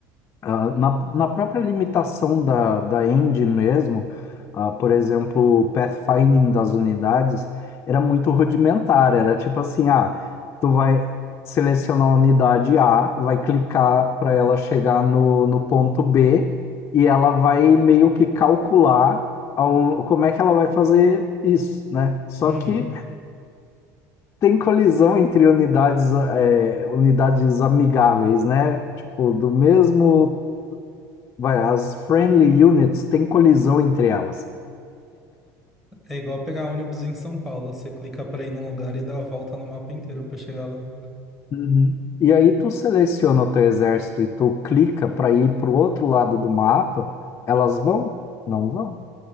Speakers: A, on the left (about 35°); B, in the centre.
A: Ah, na, na própria limitação da, da engine mesmo, ah, por exemplo, o pathfinding das unidades era muito rudimentar, era tipo assim, ah, tu vai selecionar a unidade A, vai clicar para ela chegar no, no ponto B e ela vai meio que calcular aon- como é que ela vai fazer isso, né? Só
B: Hum,
A: que tem colisão entre unidades, eh, unidades amigáveis, né? Tipo, do mesmo vai, as friendly units têm colisão entre elas.
B: é igual pegar ônibus em São Paulo. Você clica pra ir num lugar e dá a volta no mapa inteiro pra chegar lá.
A: Uhum. E aí tu seleciona o teu exército e tu clica para ir para o outro lado do mapa, elas vão? Não vão.